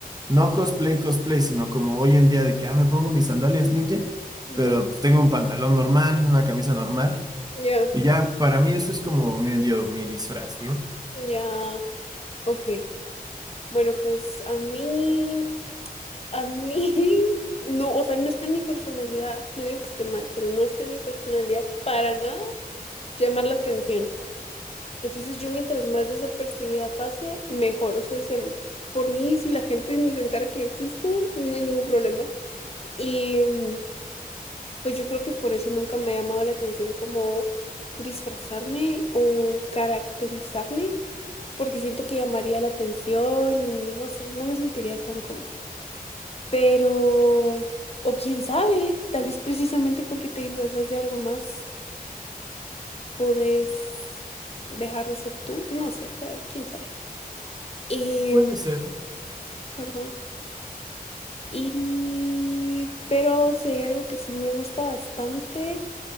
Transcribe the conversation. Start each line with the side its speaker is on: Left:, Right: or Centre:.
Right: no cosplay, cosplay, sino como hoy en día de que, ah, me pongo mis sandalias ninja,
Left: Ujú,
Right: pero pues tengo un pantalón normal, una camisa normal,
Left: Ya,
Right: y ya, para mí eso es como medio mi disfraz, ¿no?
Left: ya. Ok, bueno, pues a mí, a mí, <laughs> no, o sea, no está en mi personalidad, no digo que esté mal, pero no está en mi personalidad para nada llamar la atención. Entonces yo mientras más desapercibida pase, mejor. O sea, si a mí- por mí, si la gente ni se entera que yo existo, no hay ningún problema. Y mm, pues yo creo que por eso nunca me ha llamado la atención como disfrazarme o caracterizarme, porque siento que llamaría la atención y no sé, no me sentiría tan cómoda. Pero, o quién sabe, tal vez precisamente porque te disfrazas de algo más, podés dejar de ser tú, no sé, saber, quién sabe. Y,
Right: Puede ser.
Left: ¿verdad? Y, pero si hay algo que sí me gusta bastante,